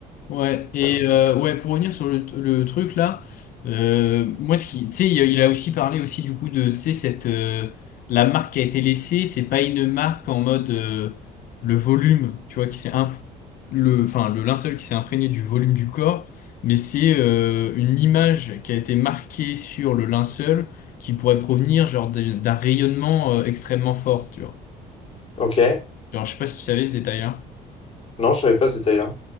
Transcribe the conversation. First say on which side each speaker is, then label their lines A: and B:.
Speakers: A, on the left; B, on the left.
A: ouais. Et
B: Euh,
A: euh, ouais, pour revenir sur le, le truc là, euh, moi, ce qui, tu sais, il, a il a aussi parlé aussi du coup de, tu sais, cette, euh, la marque qui a été laissée, c'est pas une marque en mode euh, le volume, tu vois, qui s'est inf- le, enfin, le linceul qui s'est imprégné du volume du corps, mais c'est euh, une image qui a été marquée sur le linceul qui pourrait provenir genre d'un d'un rayonnement euh, extrêmement fort, tu vois.
B: ok.
A: Genre, je sais pas si tu savais ce détail-là.
B: Non, je savais pas ce détail-là.